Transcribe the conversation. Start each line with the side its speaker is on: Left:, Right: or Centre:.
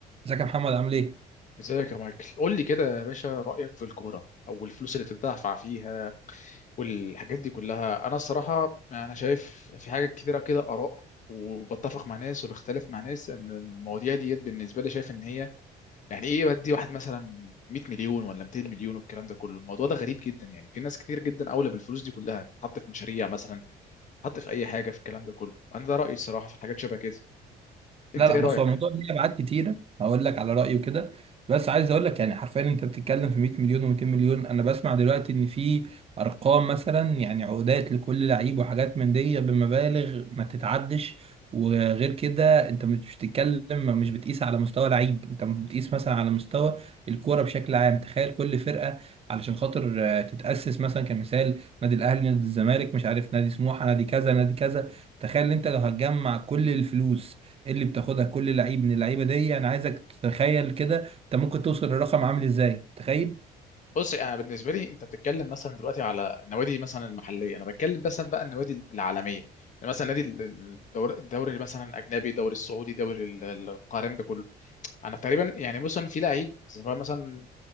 Right: ازيك يا محمد عامل ايه؟
Left: ازيك يا مايكل قول لي كده يا باشا رأيك في الكورة او الفلوس اللي بتدفع فيها والحاجات دي كلها انا الصراحة انا شايف في حاجات كتيرة كده آراء وبتفق مع ناس وبختلف مع ناس ان المواضيع ديت بالنسبة لي شايف ان هي يعني ايه بدي واحد مثلا 100 مليون ولا 200 مليون والكلام ده كله الموضوع ده غريب جدا يعني في ناس كتير جدا اولى بالفلوس دي كلها تحط في مشاريع مثلا تحط في اي حاجة في الكلام ده كله انا ده رأيي الصراحة في حاجات شبه كده انت
Right: لا لا
Left: ايه
Right: بص
Left: رأيك
Right: هو الموضوع ليه ابعاد كتيره هقول لك على رايي وكده بس عايز اقول لك يعني حرفيا انت بتتكلم في 100 مليون و200 مليون انا بسمع دلوقتي ان في ارقام مثلا يعني عقودات لكل لعيب وحاجات من دي بمبالغ ما تتعدش وغير كده انت مش بتتكلم مش بتقيس على مستوى لعيب انت بتقيس مثلا على مستوى الكوره بشكل عام تخيل كل فرقه علشان خاطر آه، تتاسس مثلا كمثال نادي الاهلي نادي الزمالك مش عارف نادي سموحه نادي كذا نادي كذا تخيل انت لو هتجمع كل الفلوس اللي بتاخدها كل لعيب من اللعيبه دي انا عايزك تتخيل كده انت ممكن توصل للرقم عامل ازاي تخيل
Left: بص انا بالنسبه لي انت بتتكلم مثلا دلوقتي على النوادي مثلا المحليه انا بتكلم مثلا بقى النوادي العالميه يعني مثلا نادي الدوري الدوري مثلا الاجنبي الدوري السعودي دوري ال- ال- القارم ده كله انا تقريبا يعني مثلا في لعيب سواء مثلا